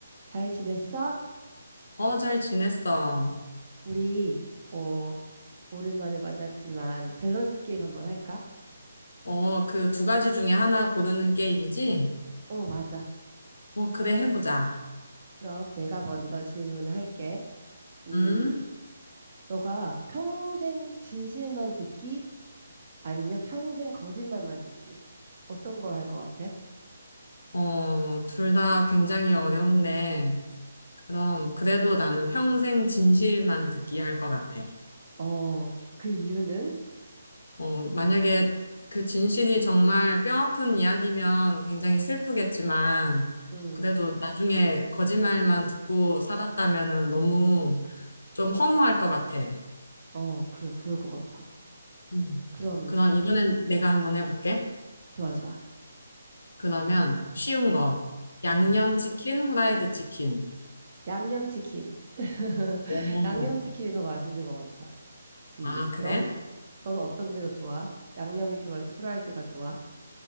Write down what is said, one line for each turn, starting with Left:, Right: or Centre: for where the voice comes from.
Right: 잘 지냈어?
Left: 어, 잘 지냈어.
Right: 우리, 어, 오랜만에 만났지만 밸런스 게임 한번 할까?
Left: 어, 그 두 가지 중에 하나 고르는 게임이지?
Right: 어, 맞아.
Left: 어, 그래, 해보자.
Right: 그럼 내가 먼저 질문을 할게. 음,
Left: 음?
Right: 너가 평생 진실만 듣기? 아니면 평생 거짓말만 듣기? 어떤 걸 할 것 같아?
Left: 어, 둘 다 굉장히 어렵네. 그럼, 그래도 나는 평생 진실만 듣기 할 것 같아.
Right: 어, 그 이유는?
Left: 어, 만약에 그 진실이 정말 뼈아픈 이야기면 굉장히 슬프겠지만,
Right: 음,
Left: 그래도 나중에 거짓말만 듣고 살았다면은 너무 좀 허무할 것 같아.
Right: 어, 그래, 그럴 것 같아.
Left: 음.
Right: 그럼,
Left: 그럼 이번엔 내가 한번 해볼게.
Right: 좋아, 좋아.
Left: 그러면 쉬운
Right: 음,
Left: 거. 양념치킨,
Right: 음.
Left: 후라이드 치킨.
Right: 양념치킨.
Left: 오.
Right: <laughs> 양념치킨이 더 맛있는 것 같아. 음.
Left: 아, 그래?
Right: 넌, 넌 어떤 게 더 좋아? 양념이 좋아? 후라이드가 좋아?